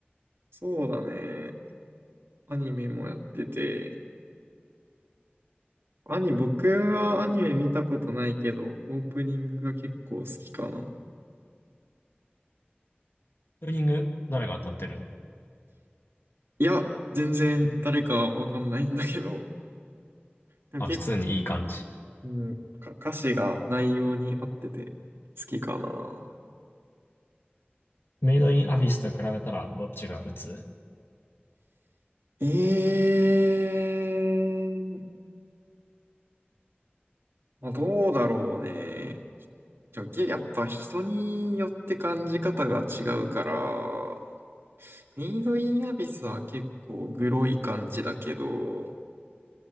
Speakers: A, on the right; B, on the left.
A: そうだね。アニメもやってて。アニ、僕はアニメ見たことないけど、オープニングが結構好きかな。
B: ツーリング誰が歌ってるん
A: いや、全然誰かわかんないんだけど、でも結構、
B: あ、普通にいい感じ。
A: うん、か歌詞が内容に合ってて好きかな。
B: メイドインアフィスと比べたらどっちがうつ
A: ええまあ、どうだろうね。でもけやっぱ人によって感じ方が違うから、メイドインアビスは結構グロい感じだけど、